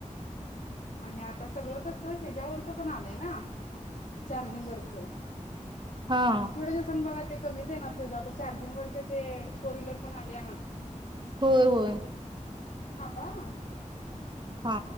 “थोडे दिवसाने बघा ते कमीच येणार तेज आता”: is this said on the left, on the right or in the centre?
Left